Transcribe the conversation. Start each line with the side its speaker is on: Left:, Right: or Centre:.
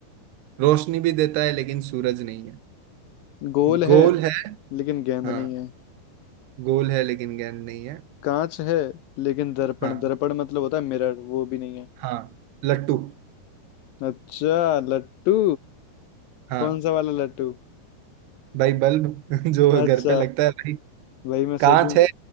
Right: रोशनी भी देता है लेकिन सूरज नहीं है
Left: गोल
Right: गोल
Left: है
Right: है
Left: लेकिन गेंद
Right: हाँ
Left: नहीं है
Right: गोल है लेकिन गेंद नहीं है
Left: कांच है लेकिन दर्पण
Right: हाँ
Left: दर्पण मतलब होता है मिरर वो भी नहीं है
Right: हाँ लट्टू
Left: अच्छा लट्टू
Right: हाँ
Left: कौन सा वाला लट्टू
Right: भाई बल्ब <laughs> जो
Left: अच्छा
Right: घर पे लगता है भाई
Left: वही मैं सोचूं
Right: कांच है